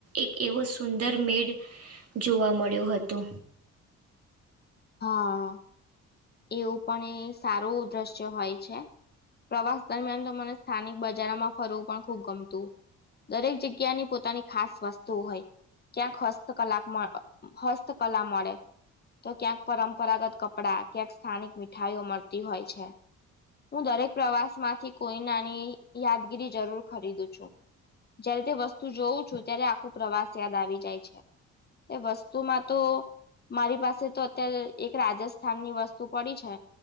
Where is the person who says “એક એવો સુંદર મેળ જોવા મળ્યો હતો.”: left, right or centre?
Right